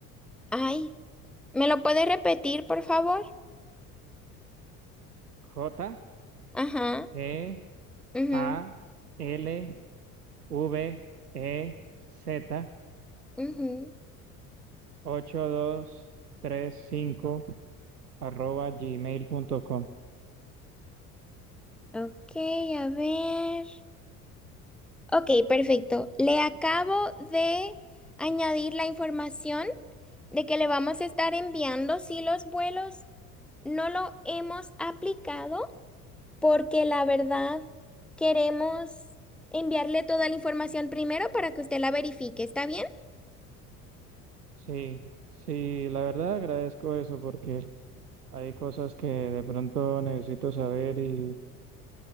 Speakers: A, in the centre; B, on the right.
A: Ay, ¿me lo puede repetir, por favor?
B: J
A: Ajá.
B: G
A: mhm,
B: A L V E Z
A: mhm.
B: ocho dos tres cinco arroba gmail gmail.com.
A: Ok, a ver. Ok, perfecto. Le acabo de añadir la información de que le vamos a estar enviando si los vuelos no lo hemos aplicado porque la verdad queremos enviarle toda la información primero para que usted la verifique. ¿Está bien?
B: Sí, sí, la verdad agradezco eso porque hay cosas que de pronto necesito saber y,